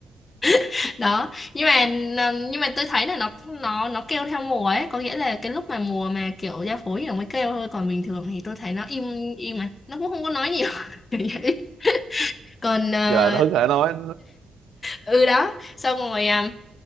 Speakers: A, on the left; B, on the right.
A: <laughs> Đó, nhưng mà nhưng mà tôi thấy là nó nó nó kêu theo mùa ấy, có nghĩa là cái lúc mà mùa mà kiểu giao phối thì nó mới kêu thôi, còn bình thường thì tôi thấy nó im im mà, nó cũng không có nói nhiều. <laughs> Kiểu vậy. Còn ờ,
B: vậy là nó hứng hở nói
A: ừ đó, xong rồi à,